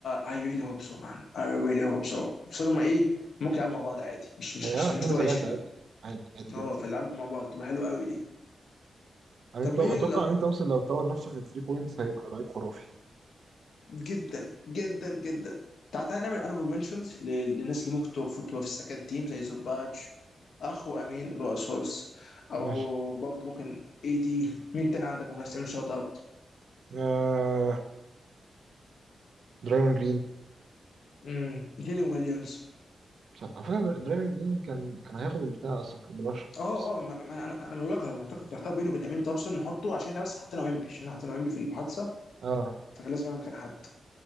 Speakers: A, on the left; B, on the right.
A: اي ريلي هوب سو مان اي ريلي هوب سو بس هما ايه ممكن يلعبوا مع بعض عادي مش مش
B: هي
A: مش
B: اه اتنين
A: مش تبقى
B: وثلاثه
A: ايشيو
B: عادي
A: لا
B: عادي عادي جدا
A: اه فيلعبوا مع بعض تبقى حلوه قوي دي
B: امين
A: طب
B: توم...
A: مين
B: اتوقع
A: ال...
B: امين تومسون لو طور نفسه في 3 بوينتس هيبقى لعيب خرافي
A: جدا جدا جدا تعال تعال نعمل انوفر منشنز للناس اللي ممكن تبقى تبقى في السكند تيم زي زوباتش اخو امين اللي هو سولس او
B: ماشي
A: برضه ممكن اي دي مين تاني عندك ممكن تعمل شوت اوت
B: آه... درايمون جرين
A: امم جيلين ويليامز
B: صح على فكره در- درايمون جرين كان كان هياخد البتاع اصلا كان مرشح
A: اه
B: بس
A: اه ما- ما- انا انا أنا بقول لك انا محتاج كنت محتار بينه وبين امين تومسون نحطه عشان احنا بس حطينا ويمبي عشان احنا حطينا ويمبي في المحادثه
B: اه
A: فكان لازم يعمل مكان حد